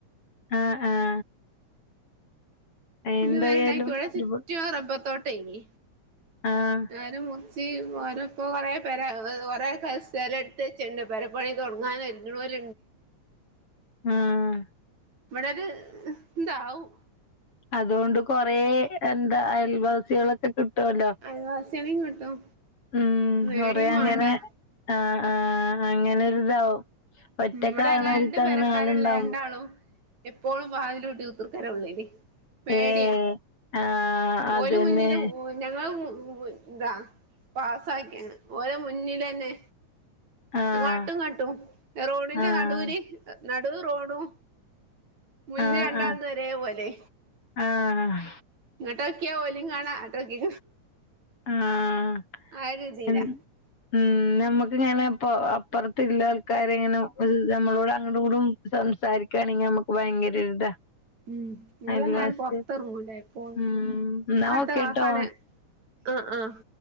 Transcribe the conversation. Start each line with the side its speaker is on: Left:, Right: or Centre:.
Left: ആഹ് ആഹ്
Right: ഇന്ന്
Left: എന്തായാലും
Right: <unintelligible>
Left: ഒരുപാ
Right: ചുറ്റും റബർത്തോട്ടേനി
Left: ആഹ്
Right: <unintelligible> ചി ഓര ഇപ്പോ കുറേ പെര കുറെ കല എടുത്ത് വ ചെണ്ട് പരപ്പണി തുടങ്ങാന <unintelligible>
Left: ഉം
Right: ഇവടൊര് ഇതാവും
Left: അതോണ്ട് കൊറേ എന്താ അയൽവാസികളൊക്കെ കി ട്ടുവല്ലോ
Right: അയൽവാസികളെയും കിട്ടും
Left: ഉം
Right: പേടിയും
Left: കൊറേ അങ്ങനെ
Right: വേണ്ട
Left: ആഹ് ആഹ് അങ്ങനെരിതാവും ഒറ്റക്കാണോരിക്കങ്ങനെ
Right: ഉം ഇവിടെ അങ്ങനെ രണ്ട് പെരക്കാരുള്ള
Left: ആൾ ഉണ്ടാവും
Right: രണ്ടാളും എപ്പോഴും വാതിലൂട്ടി കുത്തിർക്കല ഉള്ളില് പേടിയാ
Left: ഏഹ് ആഹ് അതന്നെ
Right: ഓല് മുന്നിലും ഞങ്ങൾ താ പാസാക്കിയാണ് ഓരോ മുന്നിലെന്നെ
Left: ആഹ്
Right: അങ്ങാട്ടുങ്ങട്ടും റോഡിന്റെ
Left: ആഹ്
Right: നടൂല് നടു റോഡും മുന്നേ
Left: ആഹ്
Right: രണ്ടാൾതും
Left: ആഹ്
Right: ഒരേപോലെ
Left: ആഹ്
Right: ങ്ങോട്ടോക്കിയേ ഓലിം കാണാ ട്ടോക്കി
Left: ആഹ്
Right: ആരുതീലാ
Left: എൻ ഉം നമ്മക്ക്ങ്ങനെ ഇപ്പ അപ്പുറത്ത്ള്ള ആൾക്കാരങ്ങനെ നമ്മളോട് അങ്ങോട്ങ്ങ്ടും സംസാരിക്കയാണെങ്കി നമക്ക് ഭയങ്കര ഒരിതാ
Right: ഉം <unintelligible>
Left: അയൽവാസി
Right: പൊറത്തെറങ്ങുല്ലേ എപ്പോളും
Left: ഉം എന്നാ
Right: അടുത്ത
Left: ഓക്കേട്ടോ
Right: <unintelligible> ആഹ് ആഹ്